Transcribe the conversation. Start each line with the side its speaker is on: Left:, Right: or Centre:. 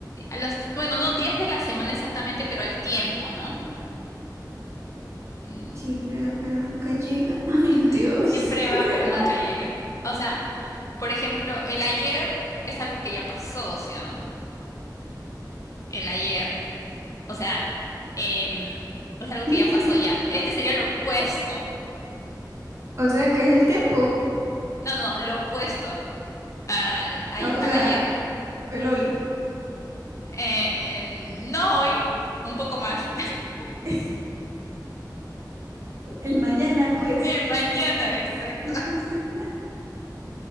Left: A los, di- bueno, no días de la semana exactamente, pero al tiempo, ¿no? Mm,
Right: Siempre van, pero nunca llegan. <laughs> Ay,
Left: ujú.
Right: Dios,
Left: Siempre
Right: ¿qué
Left: va,
Right: será?
Left: pero nunca llega. O sea, por ejemplo, el ayer es algo que ya pasó, ¿sí o no? El ayer. O sea, em, es algo que
Right: <laughs>
Left: ya pasó ya. Este sería lo opuesto.
Right: O sea, ¿qué es el tiempo.
Left: No, no, lo opuesto al, ay-
Right: O
Left: al
Right: sea,
Left: ayer.
Right: el hoy,
Left: Eh, em, no hoy, un poco más. <laughs>
Right: <laughs> el mañana, pues.
Left: El mañana, exacto.
Right: <laughs>
Left: <laughs>